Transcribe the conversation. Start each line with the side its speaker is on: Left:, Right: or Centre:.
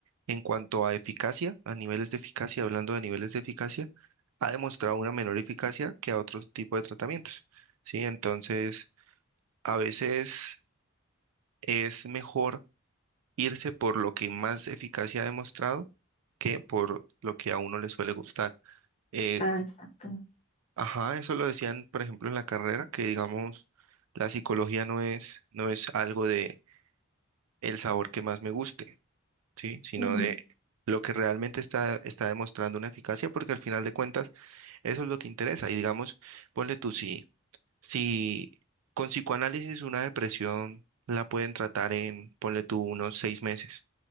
Right: en cuanto a eficacia, a niveles de eficacia, hablando de niveles de eficacia, ha demostrado una menor eficacia que a otro tipo de tratamientos, ¿sí? Entonces, a veces es mejor irse por lo que más eficacia ha demostrado que por lo que a uno le suele gustar. Eh,
Left: Ah, exacto.
Right: ajá, eso lo decían, por ejemplo, en la carrera, que digamos, la psicología no es, no es algo de el sabor que más me guste ¿sí? Sino
Left: Ujú.
Right: de lo que realmente está, está demostrando una eficacia, porque al final de cuentas eso es lo que interesa. Y digamos, ponle tú, si, si con psicoanálisis una depresión la pueden tratar en, ponle tú, unos seis meses,